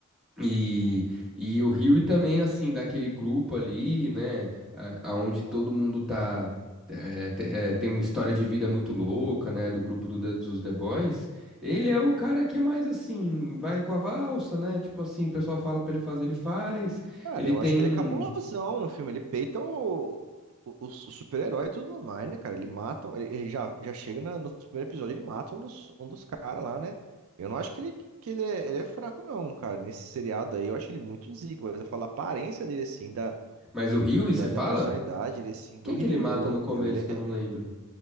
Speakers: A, in the centre; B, on the right.
A: E, e o Rio também, assim, daquele grupo ali, né, a- aonde todo mundo tá, é, te- é, tem uma história de vida muito louca, né, do grupo do The- dos The Boys, ele é o cara que é mais assim, vai com a valsa, né, tipo assim, o pessoal fala pra ele fazer, ele faz,
B: Cara,
A: ele
B: eu
A: tem...
B: acho que ele é cabulosão no filme. Ele peita o, o, o super-herói e tudo mais, né, cara? Ele mata. Ele, ele já, já chega na- no primeiro episódio, ele mata um dos, um dos caras lá, né? Eu não acho que ele, que ele é, ele é fraco, não, cara. Nesse seriado aí, eu acho ele muito zico. Mas eu falo a aparência dele, assim, da,
A: Mas o Rio, e
B: da,
A: você fala?
B: da personalidade, ele, assim, do
A: Quem
B: Ryu,
A: que ele mata
B: ô louco,
A: no começo
B: o Ryu. Ele é.
A: que eu não lembro?